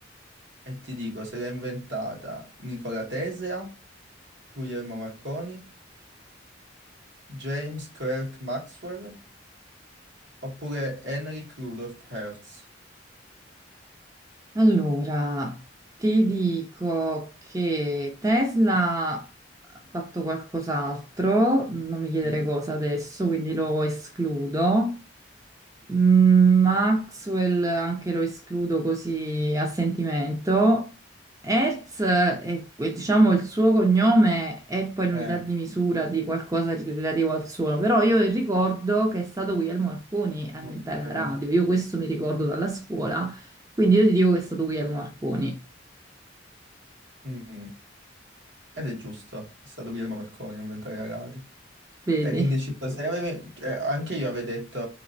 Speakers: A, on the right; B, on the right.
A: E ti dico, se l'ha inventata Nikola Tesla Guglielmo Marconi, James Clerk Maxwell oppure Henrik Rudolf Hertz.
B: Allora, ti dico che Tesla ha fatto qualcos'altro, non mi chiedere
A: Mm.
B: cosa adesso, quindi lo escludo. Mm, Maxwell anche lo escludo così a sentimento. Hertz eh, è, è, diciamo, il suo cognome è poi l'unità
A: Eh,
B: di misura di qualcosa di- relativo al suono, però io ricordo che è stato Guglielmo Marconi a inventare
A: Marconi.
B: la radio, io questo mi ricordo dalla scuola, quindi io ti dico che è stato Guglielmo Marconi,
A: Mm. Ed è giusto, è stato Guglielmo Marconi a inventare la radio.
B: vedi?
A: Ero indeciso, se avevi- eh, anche io avevo detto